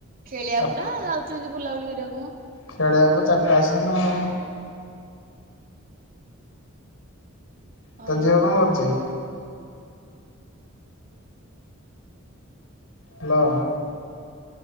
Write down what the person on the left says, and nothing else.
ଚା
ଖେଳିବାକୁ ଚାରିଟା ଆସେନା ଆଉ। ତ
ଝିଅ କଣ କରୁଛି। ହ୍ୟାଲୋ